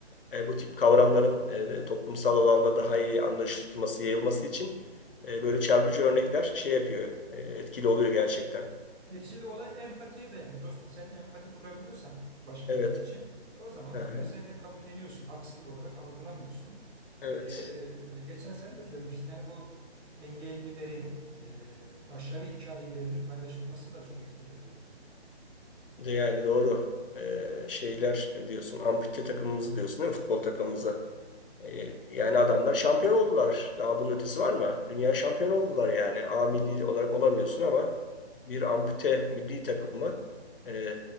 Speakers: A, on the left; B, on the right.
A: E, bu tip kavramların e, toplumsal alanda daha iyi anlaşılması, yayılması için e, böyle çarpıcı örnekler şey yapıyor, e, etkili oluyor gerçekten.
B: Neticede olay empatiye dayanıyor dostum. Sen empati kurabiliyorsan başkaları
A: Evet,
B: için e, o zaman
A: Aha,
B: durumu sen de kabulleniyorsun. Haksızlık olarak algılamıyorsun.
A: evet.
B: Bir de e, geçen sen de söylemiştin. Yani bu engellilerin e, başarı hikayelerini paylaşılması da çok etkileniyor.
A: De yani doğru. E, şeyler diyorsun, ampute takımımızı diyorsun değil mi? Futbol takımımızı. E, yani adamlar şampiyon oldular. Daha bunun ötesi var mı? Dünya şampiyon oldular yani. A milli olarak olamıyorsun ama bir ampute milli takımı e,